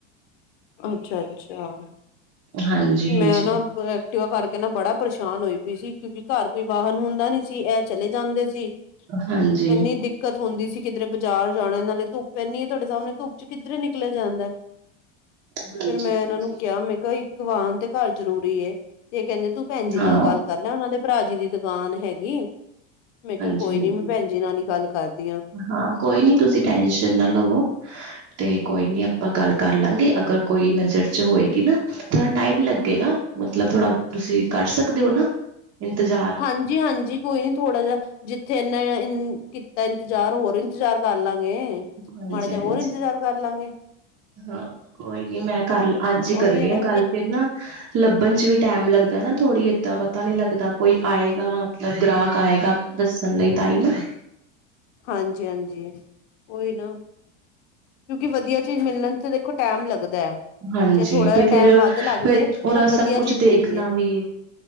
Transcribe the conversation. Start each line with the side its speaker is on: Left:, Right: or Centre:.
Left: ਅੱਛਾ, ਅੱਛਾ।
Right: ਹਾਂਜੀ-ਹਾਂਜੀ,
Left: ਮੈਂ ਨਾ ਬ ਵਾ ਕਰਕੇ ਨਾ ਬੜਾ ਪਰੇਸ਼ਾਨ ਹੋਈ ਪਾਈ ਸੀ, ਕਿਉਂਕਿ ਘਰ ਕੋਈ ਵਾਹਨ ਹੁੰਦਾ ਨੀ ਸੀ, ਇਹ ਚਲੇ ਜਾਂਦੇ ਸੀ। ਜ
Right: ਹਾਂਜੀ-ਹਾਂਜੀ,
Left: ਐੰਨੀ ਦਿੱਕਤ ਹੁੰਦੀ ਸੀ, ਕਿਧਰੇ ਬਾਜ਼ਾਰ ਜਾਣਾ ਇਹ ਨਾਲੇ ਧੁੱਪ ਇਨੀ ਐ, ਤੁਹਾਡੇ ਸਾਹਮਣੇ ਧੁੱਪ ਚ ਕਿੱਧਰੇ ਨਿਕਲਿਆ ਜਾਂਦਾ,
Right: ਹਾਂਜੀ-ਹਾਂਜੀ
Left: ਫਿਰ ਮੈਂ ਇਹਨਾਂ ਨੂੰ ਕਿਹਾ ਮੈਂ ਕਿਹਾ ਇੱਕ ਵਾਹਨ ਤੇ ਘਰ ਜ਼ਰੂਰੀ ਐ, ਇਹ ਕਹਿੰਦੇ ਤੂੰ ਭੈਣ ਜੀ
Right: ਹਾਂ
Left: ਨਾਲ ਗੱਲ ਕਰ ਲੈ ਉਹਨਾਂ ਦੇ ਭਰਾ ਜੀ ਦੀ ਦੁਕਾਨ ਹੈਗੀ? ਮੈਂ ਕਿਹਾ
Right: ਹਾਂਜੀ-ਹਾਂਜੀ।
Left: ਕੋਈ ਨੀ, ਮੈਂ ਭੈਣ ਜੀ ਨਾਲ ਹੀ ਗੱਲ ਕਰਦੀ ਆ।
Right: ਹਾਂ ਕੋਈ ਨੀ ਤੁਸੀਂ ਟੈਂਸ਼ਨ ਨਾ ਲਵੋ, ਤੇ ਕੋਈ ਨੀ ਆਪਾਂ ਗੱਲ ਕਰ ਲਾਂਗੇ ਅਗਰ ਕੋਈ ਨਜ਼ਰ ਚ ਹੋਏਗੀ ਨਾ, ਥੋੜਾ ਟਾਈਮ ਲੱਗੇਗਾ ਮਤਲਬ ਥੋੜਾ, ਤੁਸੀਂ ਕਰ ਸਕਦੇ ਓ ਨਾ?
Left: <unintelligible>
Right: ਇੰਤਜ਼ਾਰ
Left: ਹਾਂਜੀ, ਹਾਂਜੀ ਕੋਈ ਨੀ ਥੋੜਾ ਜਹਾ, ਜਿੱਥੇ ਇਹਨਾ ਤਾਂ ਇੰਤਜ਼ਾਰ ਹੋਰ ਇੰਤਜ਼ਾਰ ਕਰ ਲਾਂਗੇ,
Right: ਹਾਂਜੀ
Left: ਮਾੜਾ ਜਿਹਾ
Right: ਹਾਂਜੀ
Left: ਹੋਰ ਇੰਤਜ਼ਾਰ ਕਰ ਲਾਂਗੇ।
Right: ਹਾਂ ਕੋਈ ਨੀ ਮੈਂ ਕਰ ਅੱਜ ਹੀ
Left: ਉਹੀ
Right: ਕਰਨੀ
Left: ਹੈ ਨਾ
Right: ਆ ਗੱਲ ਫੇਰ ਨਾ ਲੱਭਣ ਚ ਵੀ ਟਾਈਮ ਲੱਗਦਾ ਨਾ ਥੋੜ੍ਹੀ ਏਦਾਂ ਪਤਾ ਨੀ ਲੱਗਦਾ ਕੋਈ ਆਏਗਾ ਮਤਲਬ ਗਰਾਹਕ ਆਏਗਾ ਦੱਸਣ ਲਈ ਤਾਂ ਈ ਨਾ।
Left: ਹਾਂਜੀ, ਹਾਂਜੀ। ਉਹੀ ਨਾ ਕਿਉਂਕਿ ਵਧੀਆ ਚੀਜ਼ ਮਿਲਣ ਚ ਦੇਖੋ ਟਾਈਮ ਲੱਗਦਾ ਐ।
Right: ਹਾਂਜੀ
Left: ਜੇ ਥੋੜਾ ਜਿਹਾ
Right: ਤੇ
Left: ਟਾਈਮ
Right: ਫਿਰ
Left: ਵੱਧ ਲੱਗ
Right: ਫਿਰ
Left: ਜੇ
Right: ਉਹਦਾ
Left: ਪਰ ਵਧੀਆ
Right: ਸਭ ਕੁਛ
Left: ਚੀਜ਼
Right: ਦੇਖਣਾ
Left: ਮਿਲਦੀ ਹੈ।
Right: ਵੀ